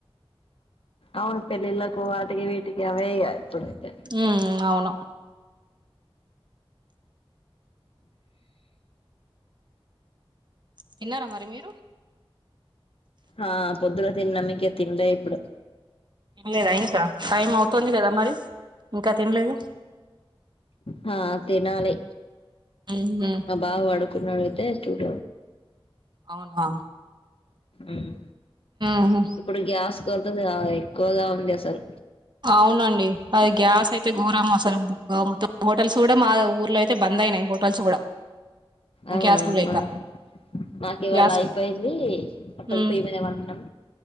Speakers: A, on the left; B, on the right.
A: అవును పెళ్లిళ్లకు వటికి వీటికి అవే ఇప్పుడైతే
B: ఉ అవును తీన్నార మరి మీరు
A: ఆ పొద్దున తిన్నమ్మ్ ఇంక తినలేని ఇప్పుడు
B: లేదా ఇంకా టైం అవుతుంది కదా మరి ఇంకా తినలేదు
A: హా తినాలీ
B: ఉహు
A: ఆ బా వాడు కున్నాడు అయితే చూడ
B: అవునా
A: ఉహు
B: ఉహు
A: ఇప్పుడు గ్యాస్ కోరుతుంది గా ఎక్కువగా ఉంది అసలు
B: అవునండి అది గ్యాస్ అయితే ఘోరం అసలు బుక్ మొత్తం హోటల్స్ కూడా మా ఊర్లో అయితే బంద్ అయినాయి హోటల్స్ కూడా
A: అవునామ్మా
B: గ్యాస్లు లేక
A: మాకు ఇవాళ
B: గ్యాస్
A: అయిపోయింది హట్టలు
B: ఉమ్
A: పోయి మీదం